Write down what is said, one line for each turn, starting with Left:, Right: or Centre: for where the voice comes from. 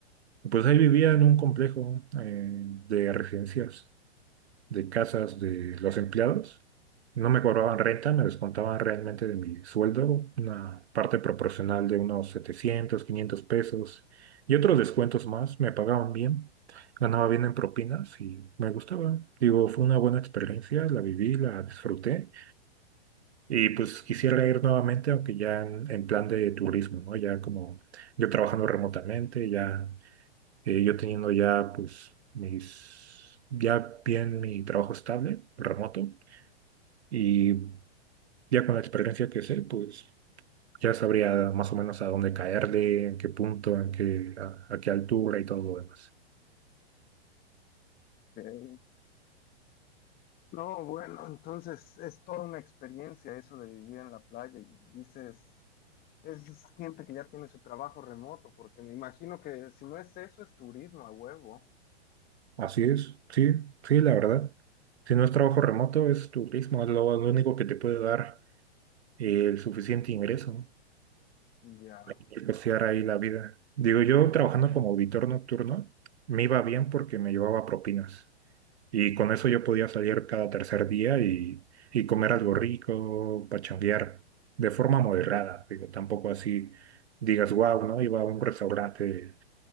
Right: Pues ahí vivía en un complejo eh, de residencias de casas de los empleados. No me cobraban renta, me descontaban realmente de mi sueldo, una parte proporcional de unos 700 500 pesos y otros descuentos más. Me pagaban bien, ganaba bien en propinas y me gustaba. Digo, fue una buena experiencia, la viví, la disfruté y pues quisiera ir nuevamente, aunque ya en, en plan de turismo, ¿no? Ya como yo trabajando remotamente, ya eh, yo teniendo ya, pues, mis, ya bien mi trabajo estable, remoto, y ya con la experiencia que sé, pues, ya sabría más o menos a dónde caerle, en qué punto, en qué, a, a qué altura y todo lo demás.
Left: Ok. No, bueno, entonces es toda una experiencia eso de vivir en la playa y dices... Es gente que ya tiene su trabajo remoto, porque me imagino que si no es eso, es turismo a huevo.
Right: Así es, sí, sí, la verdad. Si no es trabajo remoto, es turismo, es lo, lo único que te puede dar eh, el suficiente ingreso, ¿no?
Left: Ya,
Right: Y costear ahí la vida. Digo, yo trabajando como auditor nocturno, me iba bien porque me llevaba propinas. Y con eso yo podía salir cada tercer día y, y comer algo rico, pachanguear, de forma moderada. Digo, tampoco así digas, wow, ¿no? Iba a un restaurante